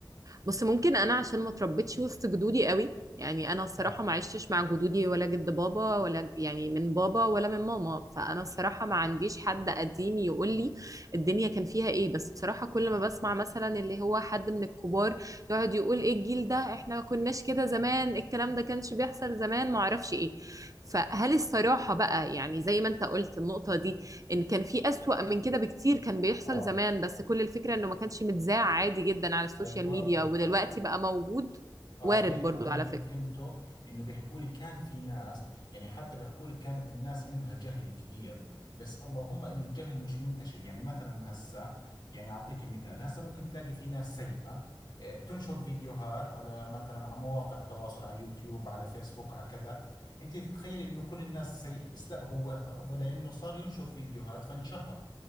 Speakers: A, on the right (about 40°); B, on the left (about 65°).
A: بص ممكن انا عشان ما اتربيتش وسط جدودي قوي يعني انا الصراحه
B: آه
A: ما عشتش مع جدودي ولا جد بابا ولا ج- يعني من بابا ولا من ماما فانا الصراحه ما عنديش حد قديم يقول لي الدنيا كان فيها ايه بس بصراحه كل ما بسمع مثلا اللي هو حد من الكبار يقعد يقول ايه الجيل ده احنا ما كناش كده زمان الكلام ده كانش بيحصل زمان ما اعرفش ايه فهل الصراحه بقى يعني زي ما انت قلت النقطه دي ان كان في اسوأ من كده بكتير كان بيحصل
B: آه
A: زمان بس كل الفكرة انه ما كانش متذاع عادي جدا على السوشيال
B: أيوة
A: ميديا
B: بالضبط
A: ودلوقتي بقى موجود
B: اه
A: وارد
B: هيك
A: برضو
B: انا
A: على
B: اللي
A: فكرة
B: فهمته انه بيحكوا لي كان في ناس يعني حتى بيحكوا لي كانت الناس عندها جهل كبير بس اللهم انه الجهل مش منتشر يعني مثلا هسه يعني اعطيك مثال هسه ممكن تلاقي في ناس سيئة آه، تنشر فيديوهات على مثلا على مواقع تواصل على يوتيوب على فيسبوك على كذا انت تتخيلي انه كل الناس سيئة بس لا هو هذا لانه صار ينشر فيديوهات فانشهر